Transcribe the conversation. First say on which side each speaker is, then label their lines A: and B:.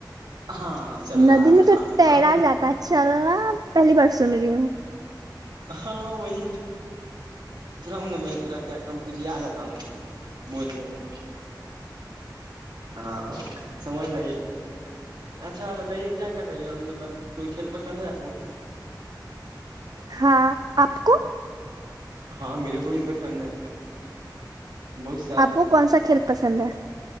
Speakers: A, on the right; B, on the right.
A: ہاںاں چل
B: ندی
A: رہا
B: میں
A: تھا
B: تو تیرا
A: ہاں میں
B: جاتا ہے چلنا پہلی بار سن رہی ہوں
A: ہاں وہیا ہوںا میںا کیا کمفیوز آ جاتا ہوں بولنے میں ہاں سمجھ آئیے اچھا بتائیے کیا کر رہی ہے اب مطلب کوئی کھیل پسند ہے آپ کو
B: ہاں آپ کو
A: ہاں میرے کو ہی پسند ہے بہت سارا
B: آپ کو کون سا کھیل پسند ہے